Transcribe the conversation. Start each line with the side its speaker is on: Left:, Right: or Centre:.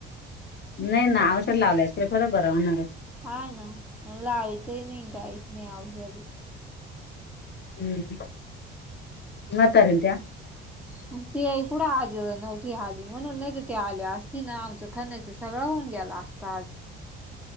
Left: नाय ना, औषध लावल्याशिवाय, थोडाच बरा होणार हाय?
Centre: हा, ना, म लावीतई नाय, कायीचं नाही, औषध
Left: हूं, म्हातारीन त्या <inaudible>
Centre: तुमची आई, कुठं आज नव्हती आली, म्हणून नाय ती, आली असती ना, आमचं खनायचच सगळं होऊन गेलं असतं आज.